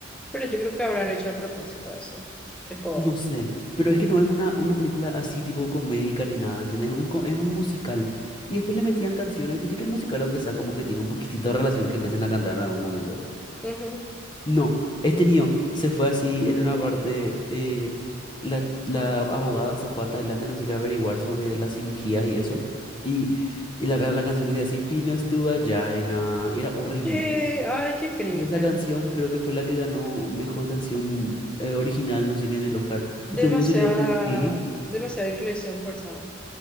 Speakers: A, in the centre; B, on the left.
A: Pero yo creo que habrán hecho a propósito eso. Tipo,
B: No sé, pero es que no es una, una película así tipo comédica ni nada, ¿entendés? Es un, co- es un musical. Y después le metían canciones, viste que el musical, aunque sea como que tiene un poquitito de relación que empiecen a cantar en algún momento.
A: ujú.
B: No, este niño se fue así en una parte, eh, la, ch- la abogada se fue a Tailandia, no sé qué, a averiguar sobre las cirugías y eso. Y, y la, la canción decía así, Pinos tu vagina, era horrible.
A: Eh, ay, qué cringe.
B: Y esa canción creo que fue la que ganó mejor canción eh, original, no sé qué, en el Oscar. Y
A: Demasiada,
B: todo el mundo se quedó como, ¿qué?
A: demasiada inclusión forzada.